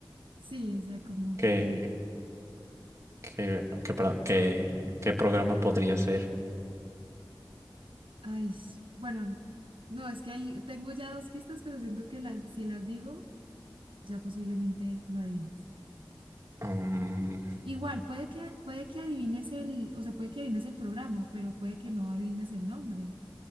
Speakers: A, on the right; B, on the right.
A: sí, o sea, como
B: Qué...
A: que,
B: Qué... Qué, perdón, qué, qué programa podría ser.
A: ay, bueno, no, es que ahí tengo ya dos pistas, pero siento que las, si las digo, ya posiblemente lo adivines.
B: Mm,
A: Igual, puede que, puede que adivines el, o sea, puede que adivines el programa, pero puede que no adivines el nombre.